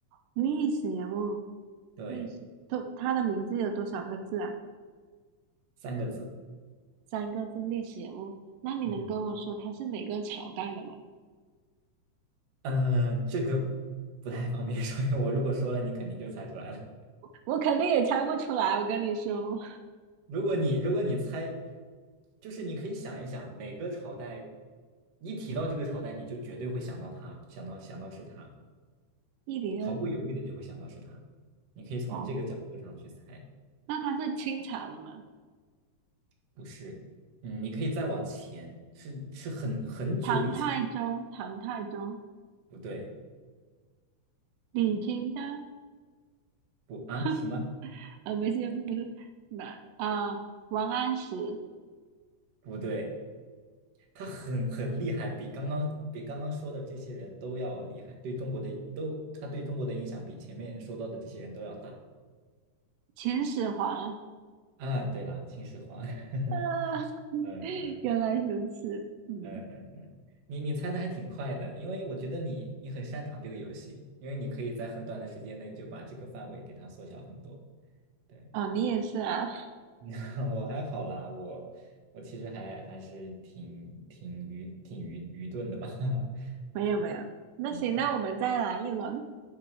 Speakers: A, on the right; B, on the right.
A: 历史人物，
B: 对，
A: 历史，都，他的名字有多少个字啊？
B: 三个字。
A: 三个字，历史人物。那你能跟我说他是哪个朝代的吗？
B: 嗯，呃，这个不太方便说，因为我如果说了，你肯定就猜出来了。
A: 我肯定也猜不出来，我跟你说，
B: 如果你如果你猜，就是你可以想一想哪个朝代，一提到这个朝代，你就绝对会想到他，想到想到是他，
A: <laughs> 一零二，
B: 毫不犹豫的就会想到是他。你可以从这个角度上去猜，
A: 哦，那他是清朝的吗？
B: 不是，嗯，你可以再往前，是是很很久以前，
A: 唐太宗，唐太宗，
B: 不对，
A: 李清照，
B: 不啊什么？
A: <laughs> 呃，不是不是，哪啊、王安石，
B: 不对，他很很厉害，比刚刚比刚刚说的这些人都要厉害，对中国的都，他对中国的影响比前面说到的这些人都要大。
A: 秦始皇
B: 啊，对了，秦始皇。<laughs>
A: 啊，<laughs>
B: 嗯嗯
A: 原来如此，嗯，
B: 嗯嗯嗯，你你猜的还挺快的，因为我觉得你你很擅长这个游戏，因为你可以在很短的时间内就把这个范围给它缩小很多。对，
A: 哦，你也是啊，
B: <laughs> 我还好啦，我我其实还还是挺挺愚挺愚愚钝的吧。<laughs>
A: 没有没有，那行，
B: 嗯，
A: 那我们再来一轮，